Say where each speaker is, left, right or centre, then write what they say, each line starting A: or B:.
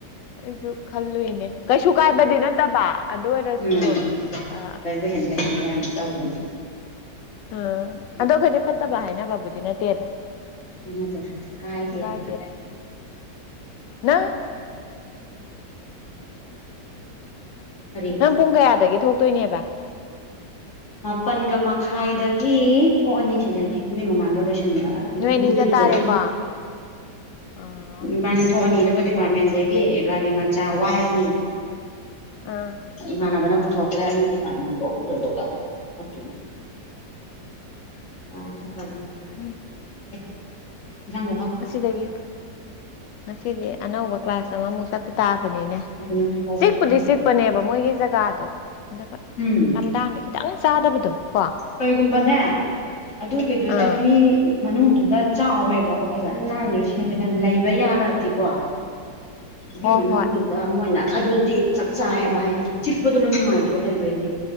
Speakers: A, on the left; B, on the left.
A: ꯑꯩꯁꯨ ꯈꯜꯂꯨꯏꯅꯦ ꯀꯩꯁꯨ ꯀꯥꯏꯕꯗꯤ ꯅꯠꯇꯕ ꯑꯗꯨ ꯑꯣꯏꯔꯁꯨ
B: ꯎꯝ
A: ꯑ <inaudible>
B: ꯑꯗꯩꯕꯨ ꯍꯦꯟꯕ ꯍꯦꯟꯕ ꯌꯥꯝ ꯇꯧꯔꯤꯅꯤ
A: ꯑ ꯑꯗꯣ ꯑꯩꯈꯗꯤ ꯐꯠꯇꯕ ꯍꯥꯏꯅꯕꯕꯨꯗꯤ ꯅꯠꯇꯦꯗ
B: ꯉ ꯅ ꯀꯥꯏꯗꯤ
A: ꯀꯥꯏꯗꯦꯗ
B: ꯍꯥꯏꯅ
A: ꯅꯪ
B: ꯀꯔꯤ
A: ꯅꯪ ꯄꯨꯡ ꯀꯌꯥꯗꯒꯤ ꯊꯣꯛꯇꯣꯏꯅꯦꯕ
B: ꯃꯥꯄꯜꯒ ꯃꯈꯥꯏꯗꯒꯤ ꯊꯣꯛ ꯑꯅꯤꯁꯤꯗꯒꯤ ꯑꯗꯨꯏ ꯃꯃꯥꯡꯒ ꯂꯣꯏꯁꯤꯟꯕ
A: ꯎꯝ ꯅꯣꯏ
B: ꯏꯂꯨꯗꯤ
A: ꯑꯅꯤ ꯆꯠꯇꯥꯔꯦꯀꯣ
B: ꯂꯨꯖꯠꯁꯤꯟ
A: ꯑ ꯑꯥ
B: ꯎꯝꯕꯥꯅꯤ ꯊꯅꯤꯗ ꯗꯤꯄꯥꯔꯠꯃꯦꯟꯗꯒꯤ ꯒꯥꯔꯤ ꯃꯆꯥ ꯋꯥꯏꯔꯅꯤ
A: ꯑꯥ
B: ꯏꯃꯥꯟꯅꯕꯅ ꯄꯨꯊꯣꯛꯀ꯭ꯔ ꯍꯥꯏꯕꯅꯤ ꯗꯤꯄꯥꯔꯠꯃꯦꯟꯕꯨꯣ ꯑꯗꯨꯗꯨꯒ ꯇꯧꯗꯣꯏꯅꯦ ꯑ ꯆꯄ꯭ꯔꯗ
A: ꯐꯩ
B: ꯑꯦ ꯌꯥꯪꯒꯦ
A: ꯉꯗꯒꯤ ꯉꯁꯤꯗꯤ ꯑꯅꯧꯕ ꯀ꯭ꯂꯥꯁ ꯑꯃꯃꯨꯛ ꯆꯠꯄ ꯇꯥꯕꯅꯤꯅꯦ
B: ꯑꯗꯨ ꯅꯪ ꯇꯤꯜꯍꯧ
A: ꯆꯤꯛꯄꯨꯗꯤ
B: ꯍꯥꯞꯆꯤꯜꯂꯨꯁꯤꯅꯦ
A: ꯆꯤꯛꯄꯅꯦꯕ ꯃꯣꯏꯒꯤ ꯖꯒꯥꯗꯣ ꯑꯗꯨꯒ
B: ꯎꯝ
A: ꯂꯝꯗꯥꯡꯗ ꯈꯤꯇꯪ ꯆꯥꯗꯕꯗꯣ ꯀꯣ
B: ꯀꯩꯒꯨꯝꯕꯅꯦ ꯑꯗꯨꯒꯤꯗꯨꯗ
A: ꯑꯥ
B: ꯃꯤ ꯃꯅꯨꯡꯗꯨꯗ ꯆꯥꯎꯋꯦꯕꯀꯣ ꯐꯖꯅ ꯅꯥꯟ ꯁꯦꯝꯃꯦꯗꯅ ꯂꯩꯕ ꯌꯥꯔꯗꯤꯀꯣ ꯑꯗꯨꯏ
A: ꯍꯣ
B: ꯃꯅꯨꯡꯗꯨꯗ
A: ꯍꯣꯏ
B: ꯃꯣꯏꯅ ꯑꯗꯨꯗꯤ ꯆꯞ ꯆꯥꯏꯌꯦꯕ ꯍꯥꯏꯗꯤ ꯆꯤꯛꯄꯗꯨꯅ ꯅꯨꯡꯉꯥꯏꯗ꯭ꯔꯣ ꯂꯩꯕꯩꯗꯤ